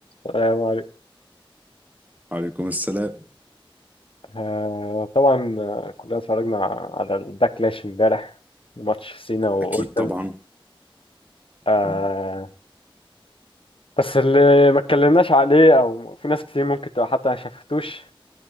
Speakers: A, on the left; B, on the right.
A: السلام عليكم
B: عليكم السلام
A: آه طبعا آه، كلنا اتفرجنا على الباكلاش امبارح ماتش سينا واورتن
B: اكيد طبعا
A: آه
B: اه
A: بس اللي ما اتكلمناش عليه او في ناس كتير ممكن تبقى حتى ما شافتوش